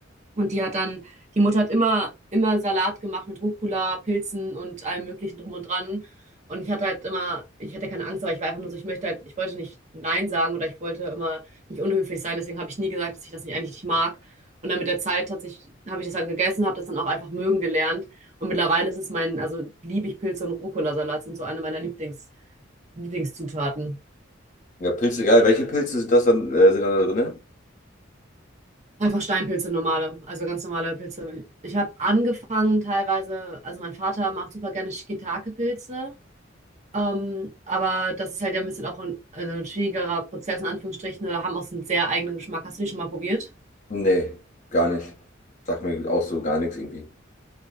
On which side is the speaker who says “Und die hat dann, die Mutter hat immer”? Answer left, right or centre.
Right